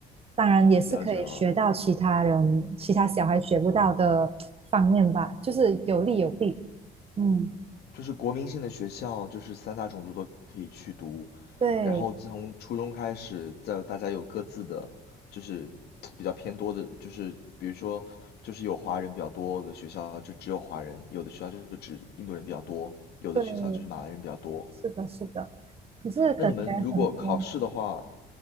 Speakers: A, on the right; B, on the left.
A: 当然，也是可以学到其他人、
B: 了解了。
A: 其他小孩学不到的方面吧，就是有利有弊。嗯，
B: 就是国民性的学校，就是三大种族都可以去读。
A: 对
B: 然后自从初中开始，在大家有各自的，就是比较偏多的，就是比如说，就是有华人比较多的学校就只有华人，有的学校就只印度人比较多，有的学校就是马来人比较多。
A: 对，是的，是的。可是感觉很多
B: 那你们如果考试的话，